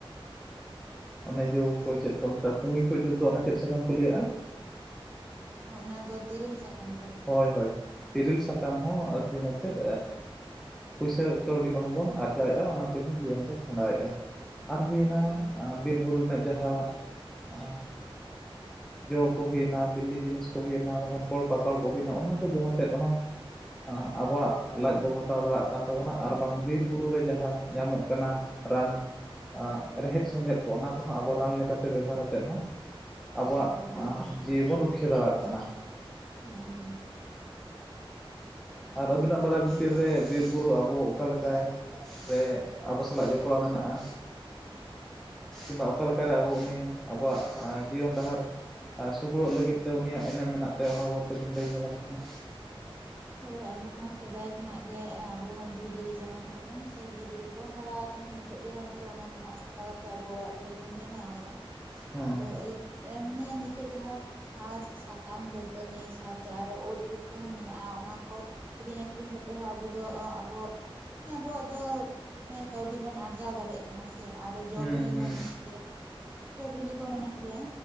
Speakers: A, in the centre; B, on the right (about 20°).
A: ᱚᱱᱮ ᱡᱚ ᱠᱚ ᱪᱮᱫ ᱠᱚ ᱢᱮᱛᱟᱜ-ᱟ ᱯᱩᱝᱤ ᱠᱚ ᱡᱩᱛ ᱫᱚ ᱚᱱᱮ ᱪᱮᱫ ᱥᱟᱠᱟᱢ ᱠᱚ ᱞᱟᱹᱭᱮᱜ-ᱟ?
B: ᱦᱚᱸ ᱚᱱᱟ ᱫᱚ ᱛᱤᱨᱤᱞ ᱥᱟᱠᱟᱢ ᱛᱚ᱾
A: ᱦᱚᱭ ᱦᱚᱭ, ᱛᱤᱨᱤᱞ ᱥᱟᱠᱟᱢ ᱦᱚᱸ ᱟᱹᱠᱷᱨᱤᱧ ᱟᱛᱮᱫ ᱯᱩᱭᱥᱟᱹ, ᱠᱟᱹᱣᱰᱤ ᱠᱚᱦᱚᱸ ᱵᱚᱱ ᱟᱨᱡᱟᱣᱮᱜ-ᱟ ᱚᱱᱟ ᱛᱮᱦᱚᱸ ᱡᱤᱭᱚᱱ ᱵᱚ ᱠᱷᱟᱸᱰᱟᱣᱮᱜ-ᱟ᱾ ᱟᱨ ᱦᱩᱭ ᱮᱱᱟ ᱟ ᱵᱤᱨᱼᱵᱩᱨᱩ ᱨᱮᱱᱟᱜ ᱡᱟᱦᱟᱸ ᱟ ᱡᱚ ᱠᱚ ᱦᱩᱭᱮᱱᱟ, ᱵᱤᱞᱤ ᱡᱤᱱᱤᱥ ᱠᱚ ᱦᱩᱭᱮᱱᱟ ᱵᱟᱠᱷᱟᱱ ᱠᱚᱲ ᱯᱟ ᱠᱚᱲ‌ ᱠᱚ ᱦᱩᱭᱮᱱᱟ, ᱚᱱᱟ ᱠᱚ ᱡᱚᱢ ᱟᱛᱮᱫ ᱨᱮᱦᱚᱸ ᱟᱻ ᱟᱵᱚᱣᱟᱜ ᱞᱟᱡ ᱵᱚ ᱵᱷᱟᱛᱟᱣ ᱫᱟᱲᱟᱜ ᱠᱟᱱ ᱛᱟᱵᱚᱱᱟ ᱟᱨ ᱵᱟᱝ ᱵᱤᱨ ᱵᱩᱨᱩ ᱨᱮ ᱡᱟᱦᱟᱸ ᱧᱟᱢᱚᱜ ᱠᱟᱱᱟ, ᱨᱟᱱ, ᱟᱜ ᱨᱮᱦᱮᱫ ᱥᱮᱸᱫᱷᱮᱫ ᱠᱚ ᱚᱱᱟ ᱠᱚᱦᱚᱸ ᱟᱵᱚ ᱨᱟᱱ ᱞᱮᱠᱟ ᱛᱮ ᱵᱮᱵᱚᱦᱟᱨ ᱟᱛᱮᱫ ᱦᱚᱸ ᱟᱵᱚᱣᱟᱜ
B: ᱦᱩᱸ ᱦᱩᱸ
A: ᱟ ᱡᱤᱣᱤ ᱵᱚᱱ ᱨᱩᱠᱷᱤᱭᱟᱹ ᱫᱟᱲᱟᱜ ᱠᱟᱱᱟ᱾
B: ᱦᱮᱸ ᱦᱮᱸ᱾ ᱦᱳᱭ
A: ᱟᱨ ᱟᱹᱵᱤᱱᱟᱜ ᱵᱟᱲᱟᱭ ᱵᱷᱤ ᱛᱤᱨ ᱨᱮ ᱵᱤᱨᱼᱵᱩᱨᱩ ᱟᱵᱚ ᱚᱠᱟ ᱞᱮᱠᱟᱭ ᱨᱮ, ᱟᱵᱚ ᱥᱟᱞᱟᱜ ᱡᱚᱯᱲᱟᱣ ᱢᱮᱱᱟᱜᱼᱟ, ᱠᱤᱝᱵᱟ ᱚᱠᱟ ᱞᱮᱠᱟᱨᱮ ᱟᱵᱚ ᱩᱱᱤ ᱟᱵᱚᱣᱟᱜ ᱡᱤᱭᱚᱱ ᱰᱟᱦᱟᱨ ᱟᱨ ᱥᱩᱜᱩᱲᱚᱜ ᱞᱟᱹᱜᱤᱫ ᱛᱮ ᱩᱱᱤᱭᱟᱜ ᱮᱱᱮᱢ ᱢᱮᱱᱟᱜ ᱛᱟᱭᱟ ᱚᱱᱟ ᱵᱟᱵᱚᱛ ᱛᱮᱵᱤᱱ ᱞᱟᱹᱭ ᱧᱚᱜᱟ ᱱᱟᱥᱮᱱᱟᱜ᱾
B: ᱦᱳᱭ ᱟᱵᱚ ᱢᱟ ᱥᱮᱫᱟᱭ ᱠᱷᱚᱱᱟᱜ ᱜᱮ ᱟᱵᱚ ᱢᱟ ᱵᱤᱨ ᱨᱮᱜᱮ ᱡᱟᱱᱟᱢ ᱛᱟᱵᱚᱱ ᱥᱮ ᱵᱤᱨ ᱨᱮᱜᱮ ᱵᱚᱱ ᱦᱟᱨᱟ ᱟᱠᱟᱱᱟ ᱱᱤᱛᱚᱜ ᱜᱮ ᱦᱚᱭᱛᱚ ᱚᱱᱟ ᱠᱚ ᱢᱟᱜ ᱥᱟᱯᱷᱟ ᱠᱟ ᱛᱮ ᱟᱵᱚ ᱚᱲᱟᱜ ᱫᱩᱣᱟᱹᱨ ᱵᱚᱱ ᱵᱮᱱᱟᱣ ᱟᱠᱟᱫᱟ᱾
A: ᱦᱮᱸ
B: ᱟᱫᱚ <inaudible> ᱮᱸ ᱢᱟᱱᱮ ᱱᱤᱛᱚᱜ ᱡᱟᱦᱟᱸ ᱥᱟᱠᱟᱢ ᱫᱟᱹᱛᱟᱹᱱᱤ ᱥᱟᱶᱛᱮ ᱟᱨᱚ ᱩᱫ ᱩᱫ ᱠᱚᱦᱚᱸ ᱢᱮᱱᱟᱜᱼᱟ ᱚᱱᱟ ᱠᱚ, ᱠᱤᱨᱤᱧ ᱟᱠᱷᱨᱤᱧ ᱠᱟᱛᱮᱜ ᱦᱚᱸ ᱟᱵᱚ ᱫᱚ ᱟᱵᱚᱣᱟᱜ ᱦᱮᱸ ᱟᱵᱚᱣᱟᱜ ᱫᱚ, ᱚᱱᱮ ᱠᱟᱹᱣᱰᱤ ᱵᱚᱱ ᱟᱨᱡᱟᱣ ᱫᱟᱲᱮᱜ ᱠᱟᱱᱟ ᱥᱮ ᱟᱨᱚ ᱡᱚ
A: ᱦᱩᱸ
B: ᱵᱤᱞᱤ
A: ᱦᱩᱸ
B: ᱢᱟ ᱢᱮᱱᱟᱜ ᱜᱮᱭᱟ, ᱡᱚ ᱵᱤᱞᱤ ᱠᱚ ᱦᱚᱸ ᱢᱮᱱᱟᱜ ᱜᱮᱭᱟ᱾